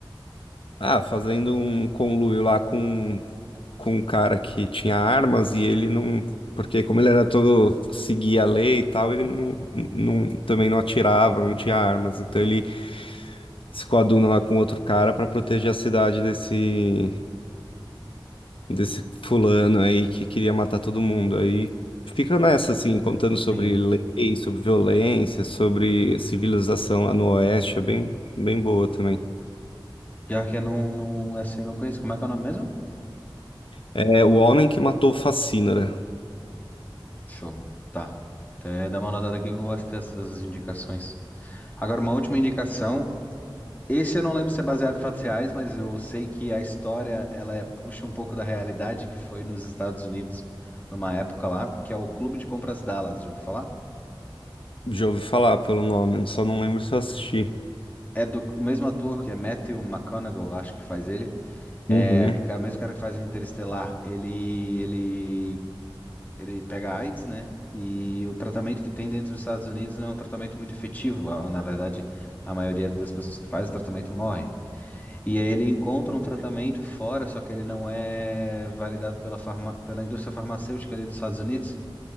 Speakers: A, on the left (about 85°); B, on the left (about 20°).
A: Ah, fazendo um conluio lá com, com um cara que tinha armas e ele não. Porque como ele era todo seguia a lei e tal, ele não, não também não atirava, não tinha armas. Então ele se coaduna lá com outro cara pra proteger a cidade desse, desse fulano aí que queria matar todo mundo. Aí fica nessa, assim, contando sobre
B: Sim.
A: lei, sobre violência, sobre civilização lá no Oeste. É bem, bem boa também.
B: Pior que eu não, não, essa aí eu não conheço. Como é que é o nome mesmo?
A: É O Homem que Matou Facínora.
B: Show. Tá. Até dá uma notada aqui que eu gosto dessas indicações. Agora, uma última indicação Esse eu não lembro se é baseado em fatos reais, mas eu sei que a história ela é- puxa um pouco da realidade que foi nos Estados Unidos numa época lá, que é o Clube de Compras Dallas, já ouviu falar?
A: Já ouvi falar pelo nome, só não lembro se eu assisti.
B: É do o mesmo ator que é Matthew McConaughey, acho que faz ele. É
A: Uhum.
B: que- o mesmo cara que faz o Interestelar. Ele, ele, ele pega AIDS, né? E o tratamento que tem dentro dos Estados Unidos não é um tratamento muito efetivo. Ah, Na verdade, a maioria das pessoas que faz o tratamento morre. E aí ele encontra um tratamento fora, só que ele não é validado pela, farma... pela indústria farmacêutica ali dos Estados Unidos.